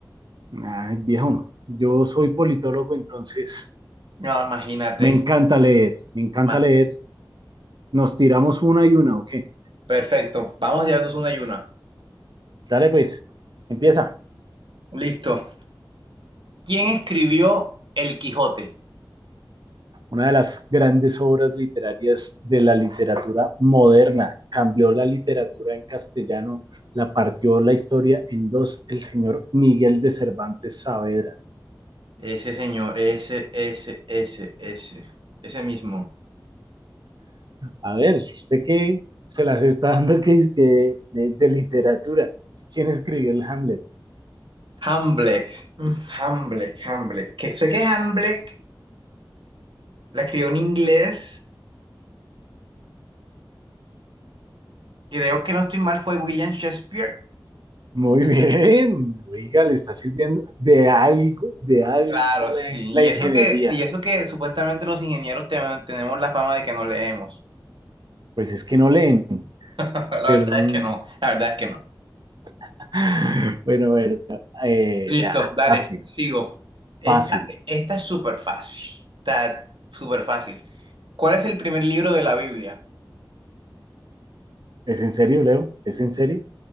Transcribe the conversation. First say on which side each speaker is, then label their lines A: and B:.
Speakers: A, on the right; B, on the right.
A: Ay, viejo, yo soy politólogo, entonces
B: No, imagínate.
A: me encanta leer, me encanta
B: Más.
A: leer. Nos tiramos una y una, ¿o qué?
B: Perfecto. Vamos a darnos una y una.
A: Dale, pues, empieza.
B: Listo. ¿Quién escribió El Quijote?
A: Una de las grandes obras literarias de la literatura moderna. Cambió la literatura en castellano, la partió la historia en dos, el señor Miguel de Cervantes Saavedra.
B: Ese señor, ese, ese, ese, ese, ese mismo.
A: A ver, ¿usted qué se las está dando que es que de, de literatura? ¿Quién escribió el Hamlet?
B: Hamlet. Mm, Hamlet, Hamlet. Que sé que Hamlet la escribió en inglés. Creo que no estoy mal, fue William Shakespeare.
A: Muy bien, oiga, le está sirviendo de algo, de algo
B: Claro,
A: la,
B: sí.
A: la
B: Y
A: ingeniería.
B: eso que, y eso que supuestamente los ingenieros te- tenemos la fama de que no leemos.
A: Pues es que no leen,
B: <laughs> La
A: pero
B: verdad
A: mm,
B: es que no, la verdad es que no.
A: <laughs> bueno, bueno, eh,
B: Listo,
A: ah,
B: dale,
A: fácil,
B: sigo. Esta,
A: fácil.
B: esta es súper fácil. Está súper fácil. ¿Cuál es el primer libro de la Biblia?
A: ¿Es en serio, Leo? ¿Es en serio?